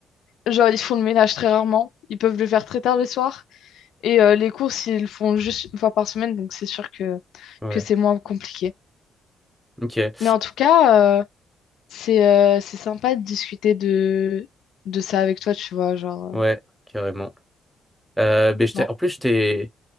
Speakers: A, on the left; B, in the centre.
A: Genre, ils font le ménage très rarement. Ils peuvent le faire très tard le soir. Et euh, les courses, ils le font juste une fois par semaine. Donc, c'est sûr que,
B: ouais.
A: que c'est moins compliqué.
B: Ok.
A: Mais en tout cas, euh, c'est euh, c'est sympa de discuter de, de ça avec toi, tu vois, genre... euh,
B: Ouais, carrément. Euh, ben, je
A: genre,
B: t'ai- en plus, je t'ai,